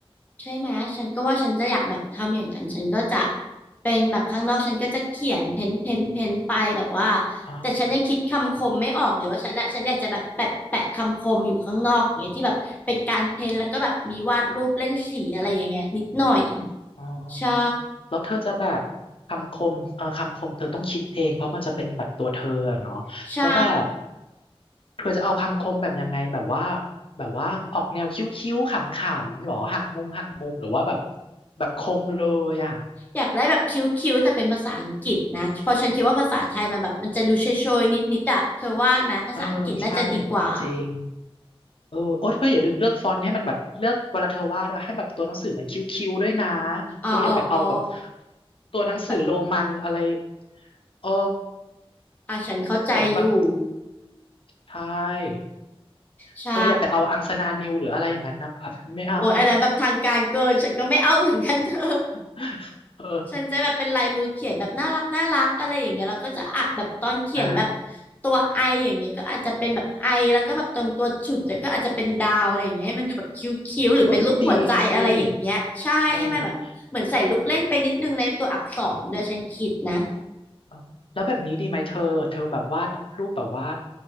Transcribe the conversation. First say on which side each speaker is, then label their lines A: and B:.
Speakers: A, on the left (about 15°); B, on the left (about 65°).
A: ใช่ไหมฉันก็ว่าฉันจะอยากแบบทำอย่างนั้นฉันก็จะเป็นแบบข้างนอกฉันก็จะเขียนเพ้นเพ้นเพ้นไปแบบว่า
B: อ๋อ
A: แต่ฉันยังคิดคำคมไม่ออกเลยว่าฉันอะฉันอยากจะแบบแปะแปะคำคมอยู่ข้างนอกอย่างเงี้ยที่แบบเป็นการเพ้นแล้วก็แบบมีวาดรูปเล่นสีอะไรอย่างเงี้ยนิดหน่อย
B: อ๋อ
A: ใช่
B: แล้วเธอจะแบบคำคมเอ่อคำคมเธอต้องคิดเองเพราะมันจะเป็นปัดตัวเธออะเนาะแล้วแบบ
A: ใช่
B: เธอจะเอาคำคมแบบยังไงแบบว่าแบบว่าออกแนวคิ้วๆขำๆหรอหักมุมหักมุมหรือว่าแบบแบบคมเลยอ่ะ
A: อยากได้แบบคิ้วๆแต่เป็นภาษาอังกฤษนะเพราะฉันคิดว่าภาษาไทยมันแบบมันจะดูเชยๆนิดๆอะเธอว่าไหมภาษาอังกฤษน่าจะดีกว่า
B: เออใช่จริงเออโอ๊ยเธออย่าลืมเลือกฟอนต์ให้มันแบบเลือกเวลาเธอวาดอะให้แบบตัวหนังสือมันคิ้วๆด้วยนะ
A: อ๋ออ๋ออ๋อ
B: เธออย่าไปเอาแบบตัวหนังสือโรมันอะไร
A: แบบ
B: เออ
A: อ่ะฉันเข้าใจอยู่
B: เหมือนแบบใช่
A: ใช่
B: เธออย่าไปเอาอังสนานิวหรืออะไรอย่างนั้นนะ <laughs> ไม่เอา
A: โอ้ยอันนั้นแบบทางการเกินฉันก็ไม่เอาเหมือนกันเธอ
B: <laughs> เออ
A: ฉันจะแบบเป็นลายมือเขียนแบบน่ารักน่ารักอะไรอย่างเงี้ยแล้วก็จะอ่ะแบบตอนเขียนแบบ
B: ใช่
A: ตัวไออย่างเงี้ยก็อาจจะเป็นแบบไอแล้วก็แบบตรงตัวฉุดเนี่ยก็อาจจะเป็นดาวอะไรอย่างเงี้ยให้มันดูแบบคิ้วๆหรือเป็นรูปหัวใจอะไรอย่างเงี้ยใช่ให้มันแบบเหมือนใส่ลูกเล่นไปนิดนึงในตัวอักษรด้วยฉันคิดนะ
B: โอ้ดีสิเออเอาแล้วแบบนี้ดีไหมเธอเธอแบบวาดรูปแบบว่า